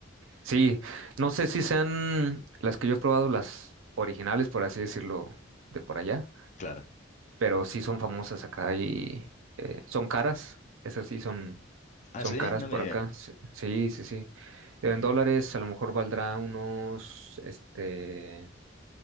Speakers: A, on the right; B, on the left.
A: Sí, no sé si sean las que yo he probado, las originales, por así decirlo, de por allá,
B: Claro.
A: pero sí son famosas acá y eh, son caras, esas sí son,
B: Ah,
A: son
B: sí,
A: caras
B: no
A: por
B: me digas.
A: acá. Sí, sí, sí. sí. En dólares a lo mejor valdrá unos, este,